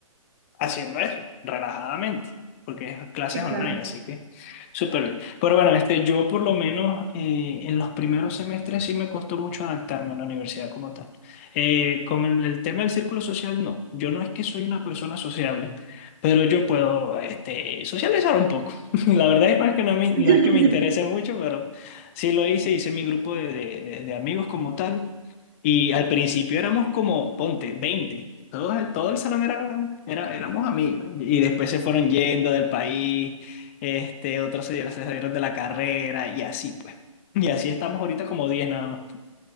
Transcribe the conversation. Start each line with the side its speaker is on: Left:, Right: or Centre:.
Left: haciendo eso, relajadamente, porque es clases
Right: sí,
Left: online,
Right: claro.
Left: así que súper bien. Pero bueno, este, yo por lo menos eh, en los primeros semestres sí me costó mucho adaptarme a la universidad como tal. Eh, con el, el tema del círculo social, no. Yo no es que soy una persona sociable, pero yo puedo este, socializar un poco. <laughs> La verdad es que no es que, no me, no
Right: <laughs>
Left: es que
Right: Ujú.
Left: me interese mucho, pero sí lo hice, hice mi grupo de, de de- de amigos como tal. Y al principio éramos como, ponte, 20 todos el, todo el salón era, era- éramos amigos. Y después se fueron yendo del país, este, otros se, se salieron de la carrera y así pues. Y así estamos ahorita como 10 nada más